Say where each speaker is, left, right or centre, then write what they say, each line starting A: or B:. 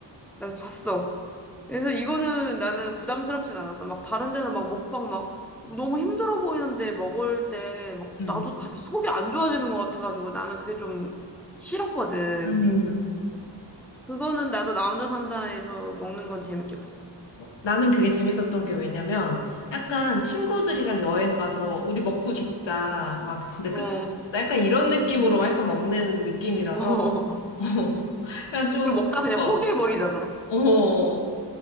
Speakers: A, in the centre; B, on the left.
A: 나 봤어. 그래서 이거는 나는 부담스럽진 않았어. 막 다른 데는 막 먹방 막 너무 힘들어 보이는데 먹을 때 막
B: 음.
A: 나도 같이 속이 안 좋아지는 것 같아가지고 나는 그게 좀 싫었거든.
B: 음,
A: 그거는 나도 나 혼자 산다에서 먹는 건 재밌게 봤어.
B: 어, 나는 그게 재밌었던 게 왜냐면 약간 친구들이랑 여행 가서 우리 먹고 죽자, 막 진짜
A: 어.
B: 끝까지 죽자, 약간 이런 느낌으로 약간 먹는 느낌이라서
A: <laughs>
B: <laughs> 그냥 좀,
A: 그리고 먹다 그냥
B: 어,
A: 포기해버리잖아.
B: 어.